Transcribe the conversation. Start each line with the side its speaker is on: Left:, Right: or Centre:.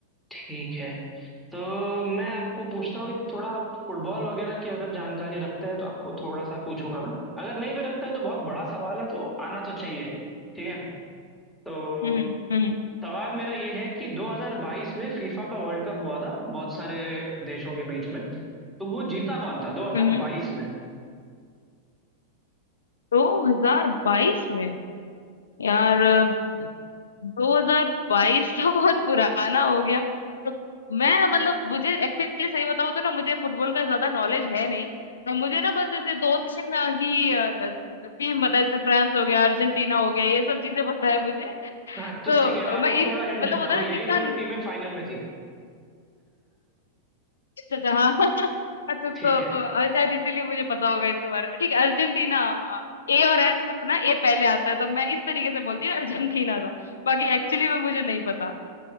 Centre: ठीक है तो मैं आपको पूछता हूँ थोड़ा आप फुटबॉल वगैरह की अगर जानकारी रखते हैं तो आपको थोड़ा सा पूछूंगा मैं अगर नहीं भी रखते हैं तो बहुत बड़ा सवाल है तो आना तो चाहिए ठीक है तो
Left: हम्म हम्म
Centre: सवाल मेरा ये है कि 2022 में फीफा का वर्ल्ड कप हुआ था बहुत सारे देशों के बीच में तो वो जीता कौन था 2022
Left: हम्म हम्म।
Centre: में
Left: दो हजार बाईस में यार अ, 2022 तो बहुत पुराना हो गया तो मैं मतलब मुझे एक्चुअली सही बताऊं तो ना मुझे फुटबॉल का ज्यादा नॉलेज है नहीं तो मुझे ना बस ऐसे दो तीन अ, ही टीम बता जैसे फ्रांस हो गया अर्जेंटीना हो गया ये सब चीजें पता है मुझे
Centre: हाँ तो
Left: तो
Centre: ठीक
Left: अ,
Centre: है मैं आपको
Left: मैं इन
Centre: थोड़ा हिंट
Left: मतलब
Centre: देता
Left: होता
Centre: हूँ
Left: है
Centre: यही
Left: ना जितना
Centre: दोनों टीमें फाइनल में थी
Left: अच्छा अच्छा हाँ <laughs> अच्छा तो
Centre: ठीक है
Left: और शायद इसीलिए मुझे पता होगा इसके बारे में ठीक है अर्जेंटीना ए और एफ ना ए पहले आता है तो मैं इस तरीके से बोलती हूँ अर्जेंटीना था बाकी एक्चुअली में मुझे नहीं पता